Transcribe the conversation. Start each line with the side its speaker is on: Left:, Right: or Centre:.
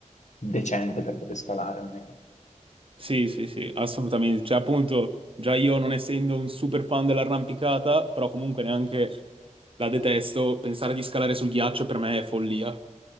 Left: decente per poter scalare almeno.
Right: Sì, sì, sì, assolutamente. Cioè, appunto, già io non essendo un super fan dell'arrampicata, però comunque neanche la detesto, pensare di scalare sul ghiaccio per me è follia.